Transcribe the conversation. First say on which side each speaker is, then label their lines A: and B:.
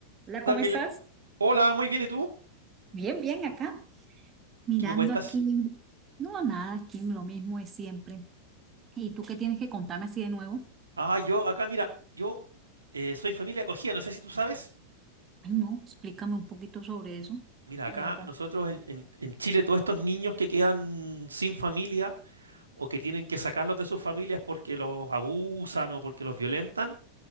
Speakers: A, on the right; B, on the right.
A: Hola,
B: tal,
A: ¿cómo
B: Mile?
A: estás?
B: Hola, muy bien, ¿y tú?
A: Bien, bien, acá, mirando
B: ¿Qué me cuentas?
A: aquí. No, nada, aquí lo mismo es siempre. ¿Y tú qué tienes que contarme así de nuevo?
B: Ah, yo acá, mira, yo eh, soy familia acogida, no sé si tú sabes.
A: Ay, no, explícame un poquito sobre eso.
B: Mira,
A: No,
B: acá
A: no, con
B: nosotros en, en- en Chile, todos estos niños que quedan sin familia o que tienen que sacarlos de sus familias porque los abusan o porque los violentan,